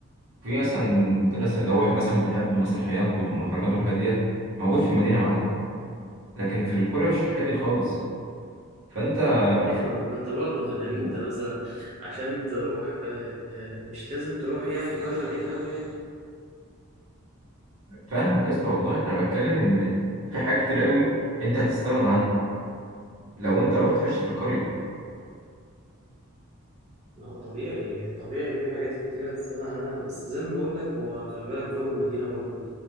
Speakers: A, on the right (about 70°); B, on the right (about 30°).
A: في مثلا بس لو واحد مثلا بتحب المسرحيات والمهرجانات والحاجات ديت موجود في المدينه يا معلم لكن في القريه مفيش الحاجات دي خالص فانت
B: ايوه
A: في
B: ما انت برضو <laughs> يعني
A: <laughs>
B: انت مثلا عشان تروح آه، آه، مش لازم تروح يعني قرية بعيد قوي يعني
A: فاهمك يا اسطى والله انا بتكلم ان في حاجات كتير قوي انت هتستغنى عنها لو انت رحت عشت في القريه
B: ما هو طبيعي طبيعي في حاجات كتيرة تستغنى عنها بس زي ما بقول لك هو خلي بالك جو المدينة برضو